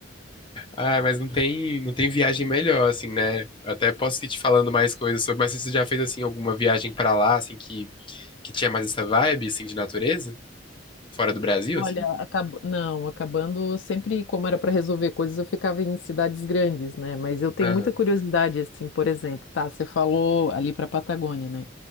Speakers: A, on the left; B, on the left.
A: ah, mas não tem, não tem viagem melhor, assim, né? Eu até posso ir te falando mais coisas sobre, mas você já fez, assim, alguma viagem pra lá, assim, que, que tinha mais essa vibe, assim, de natureza? Fora do Brasil,
B: Olha,
A: assim?
B: acab... não, acabando sempre como era para resolver coisas, eu ficava em cidades grandes, né? Mas eu tenho
A: Aham.
B: muita curiosidade, assim, por exemplo, tá? Você falou ali para Patagônia, né?